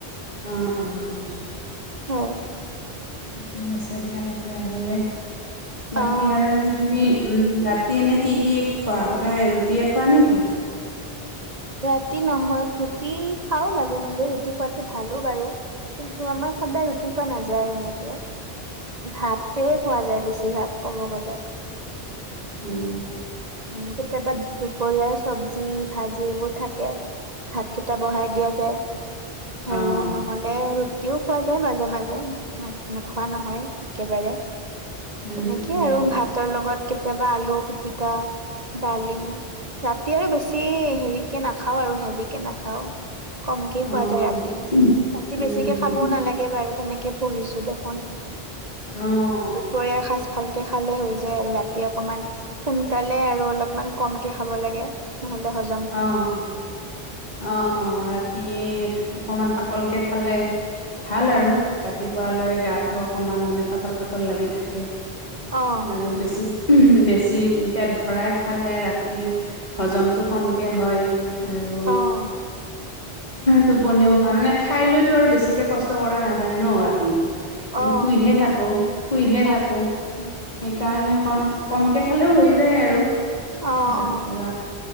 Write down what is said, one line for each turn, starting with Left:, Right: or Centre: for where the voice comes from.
Left: অঁ' অঁ'।
Right: হয়।
Left: ঠিকে আছে দিয়া তেতিয়া হ'লে, বাকী
Right: অ'।
Left: আৰু এনে তুমি উমঁ' ৰা তি এনে কি কি খোৱা সদায় ৰুটিয়ে খোৱা নে কি?
Right: ৰাতি নহয়, ৰুটি- খাওঁ মাজে- মাজে ৰুটি খোৱাটো ভালো বাৰু কিন্তু আমাৰ সদায় ৰুটি খোৱা নাযায় তেনেকে। ভাতে খোৱা যায় বেছিভাগ ক'ব গ'লে।
Left: উম।
Right: উমঁ' কেতিয়াবা দুপৰীয়াৰ চবজি ভাজি এইবোৰ থাকে। ভাতকেইটা বঢ়াই দিয়া যে
Left: অ',
Right: টাইমো নহ'ল। এ ৰুটিও খোৱা যায় মাজে মাজে, নোখোৱা নহয় একেবাৰে।
Left: উম,
Right: এনেকে
Left: উম,
Right: আৰু ভাতৰ লগত কেতিয়াবা আলু-পিতিকা। দালিও, ৰাতি আৰু বেছি হেৰিকে নাখাও আৰু হেভিকে নাখাও। কমকে
Left: অ',
Right: খোৱা যায় ৰাতি।
Left: উম, উম,
Right: ৰাতি
Left: উম,
Right: বেছিকে খাবও
Left: উম
Right: নালাগে বাৰু তেনেকে- পঢ়িছোঁ দেখোন
Left: অ',
Right: দুপৰীয়াৰ সাঁজ ভালকে খালে হৈ যায় আৰু ৰাতি অকমান সোনকা সোনকালে আৰু অলপমান কমকে খাব লাগে নহ'লে হজম-
Left: অঁ' অঁ' অঁ' ৰাতি অকমান পাতলকে খালে ভাল
Right: হয়
Left: আৰু ৰাতিপুৱা লৈ গাটো অকমান মানে পাতল পাতল লাগি থাকে।
Right: অ
Left: আৰু
Right: হয়
Left: বেছি
Right: হয়
Left: উমঁ' বেছি পেট ভৰাই খালে ৰাতি হজমটো কমকে হয়। আৰু
Right: অঁ।
Left: টোপনিও ভাল নে, খাই লৈতো আৰু বেছিকে কষ্ট কৰা নাযায় ন' ৰাতি। আমি
Right: অ
Left: শুইহে
Right: তাকে
Left: থাকো, শুইহে
Right: হয়
Left: থাকো। সেইকাৰণে অকণ কমকে খালেও হৈ যায় আৰু
Right: অ
Left: তাৰ
Right: অ
Left: পৰা-